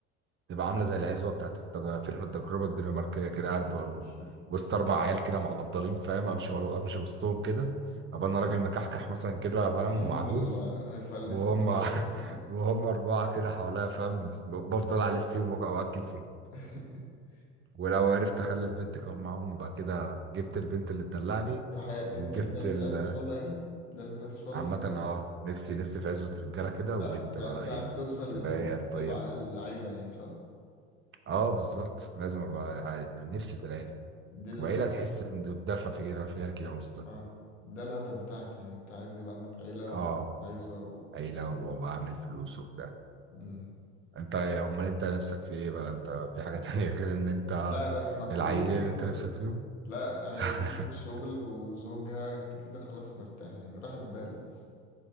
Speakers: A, on the right (about 35°); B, on the left (about 80°).
A: تبقى عامله زي العزوه بتاعت التج- فيلم التجربه الدنماركيه كده
B: <laughs>
A: قاعد ب- وسط اربع عيال كده معضلين فاهم امشي امشي وسطهم كده ابقى انا راجل مكحكح مثلا كده فاهم
B: الكلام
A: وعجوز
B: ده اللي هيفلسوك
A: وهم
B: خالص
A: <laughs> وهم اربعه كده حواليا فاهم ب- بفضل الف فيهم وأك- واكل فيهم
B: <laughs>
A: ولو عرفت اخلف بنت كمان معاهم يبقى كده جبت البنت اللي تدلعني
B: دي حياة دي
A: وجبت
B: انت ده اللي
A: ال...
B: انت عايز توصل له يعني ده اللي انت عايز توصل
A: عامة
B: له لما تكبر
A: اه نفسي نفسي في عزوة رجالة كده وبنت
B: لا يعني
A: بقى
B: انت
A: ايه
B: عايز توصل
A: تبقى
B: لان انت
A: هي الطيبة
B: تبقى عامل عيلة يعني صح
A: اه بالظبط لازم ابقى ع- نفسي في العيلة
B: دي ال...
A: وعيلة تحس إن بدفع فكرة فيها كده وسط
B: اه ده الهدف بتاعك يعني انت عايز يبقى عندك عيلة
A: آه
B: وعزوة و...
A: عيلة وأبقى عامل فلوس وبتاع
B: مم.
A: أنت أمال أنت نفسك في إيه بقى أنت في حاجة <laughs> تانية غير إن أنت
B: لا لا ما كله
A: العيلة
B: <laughs> كده
A: اللي أنت
B: برضه
A: نفسك فيهم
B: لا عيل-
A: <laughs>
B: شغل وزوجها انت كده خلاص مرتاح يعني راحة بال بس